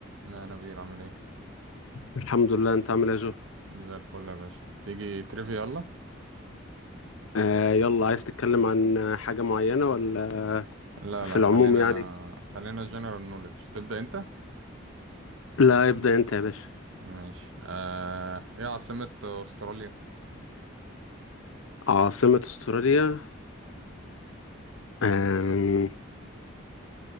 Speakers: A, on the right; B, on the left.
A: لا نبيل عامل ايه
B: الحمد لله انت عامل ايه يا جو
A: زي الفل يا باشا تيجي تريفي يلا
B: آه يلا عايز تتكلم عن حاجة معينة ولا
A: لا
B: في
A: لا
B: العموم
A: خلينا
B: يعني
A: خلينا جنرال نوليدج تبدأ انت
B: لا ابدأ انت يا باشا
A: ماشي آه... ايه عاصمة استراليا
B: عاصمة استراليا آم،